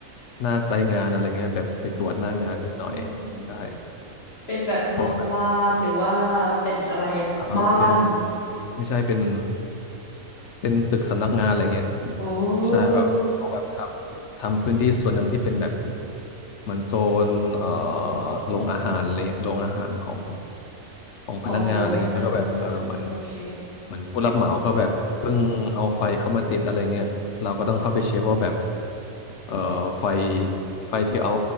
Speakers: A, on the left; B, on the left.
A: หน้าไซต์งานอะไรเงี้ยแบบไปตรวจหน้างานนิดหน่อยใช่
B: อืมเป็นแบบโรงพยาบาลหรือว่าเป็นอะไรอะบ้าน
A: เพราะว่าแบบอ่าเป็นไม่ใช่เป็น เป็นตึกสำนักงานอะไรเงี้ย
B: โอ
A: ใช่แบบเขาแบบทำทำพื้นที่ส่วนหนึ่งที่เป็นแบบ
B: ้
A: เหมือนโซนเอ่อโรงอาหารอะไรเงี้ยโรงอาหารของ ของพนักงานอะไรเงี้ยแล้วก็แบบเออเหมือน
B: ของสำนักงานอืมโอเค
A: เหมือนผู้รับเหมาก็แบบเพิ่งเอาไฟเข้ามาติดอะไรเงี้ยเราก็ต้องเข้าไปเช็คว่าแบบเอ่อไฟไฟที่เอา